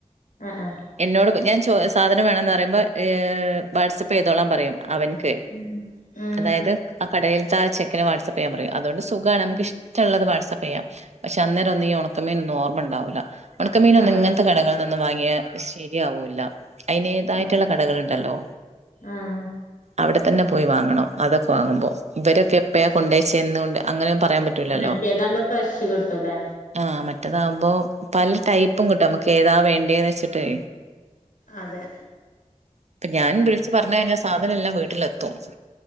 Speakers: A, on the left; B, on the right.
A: ആഹ് ആഹ്
B: എന്നോട് ഞാൻ ചോ സാധനം വേണംന്ന് പറയുമ്പോ ഏ വാട്സപ്പ് ചെയ്തോളാൻ പറയും അവൻ ക്ക്‌
A: ഉം ഉം
B: അതായത് ആ കടയിലത്തെ ആ ചെക്കന് വാട്സ് ആപ്പ് ചെയ്യാൻ പറയ അതോണ്ട് സുഖാണ് നമുക്ക്‌
A: ഉം
B: ഇഷ്ട്ടള്ളത് വാട്സ്ആപ്പ് ചെയ്യാം പക്ഷെ അന്നേരൊന്നും ഈ ഉണക്കമീനൊന്നും ഓർമ്മ ഉണ്ടാവൂല്ല ഉണക്ക മീനൊന്നും
A: ആഹ്
B: ഇങ്ങനത്തെ കടകളിൽ നിന്നും വാങ്ങിയാ ശരിയാവൂല്ല അയിനേതായിട്ടുള്ള
A: ആഹ്
B: കടകളുണ്ടല്ലോ,
A: ആഹ്
B: അവിടെ തന്നെ പോയി വാങ്ങണം. അതൊക്കെ വാങ്ങുമ്പോ, ഇവരൊക്കെ എപ്പയാ കൊണ്ടേവച്ചേ എന്നുകൊണ്ട് അങ്ങനെ പറ റയാൻ പറ്റൂലല്ലോ
A: മറ്റേതാവുമ്പോ ഫ്രഷ് കിട്ടൂല്ലേ
B: ആ മ റ്റതാവുമ്പോ പല ടൈപ്പും കിട്ടും, നമുക്ക് ഏതാ വേണ്ടേന്ന് വെച്ചിട്ടേ
A: അതെ
B: ഇപ്പൊ ഞാൻ വിളിച്ച് പറഞ്ഞ് കഴിഞ്ഞാ സാധനെല്ലാം വീട്ടിലെത്തും.